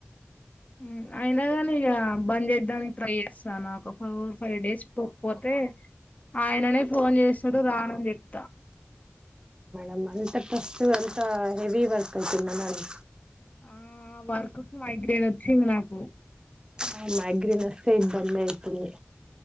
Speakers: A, on the left; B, on the right.
A: మ్ అయినాగానీ ఇక బంద్ చేద్దాం చేయడానికి ట్రై చేస్తాను ఒక ఫోర్ ఫైవ్ డేస్ పోకపోతే ఆయననే ఫోన్ చేస్తాడు రానని చెప్తా
B: <unintelligible> నువ్వు అంత హెవీ వర్క్ పోతున్న మేడం
A: ఆ వర్కకు మైగ్రేన్ వచ్చింది నాకు
B: ఆ మైగ్రేన్ వస్తే ఇబ్బంది అయితుంది